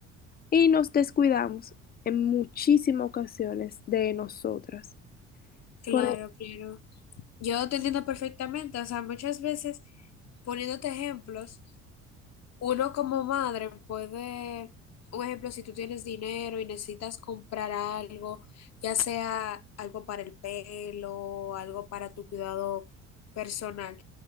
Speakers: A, on the left; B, on the left.
A: Y nos descuidamos en muchísimas ocasiones de nosotras.
B: Claro,
A: Por- e-,
B: claro. Yo te entiendo perfectamente. O sea, muchas veces, poniéndote ejemplos, uno como madre puede, un ejemplo, si tú tienes dinero y necesitas comprar algo, ya sea algo para el pelo, algo para tu cuidado personal,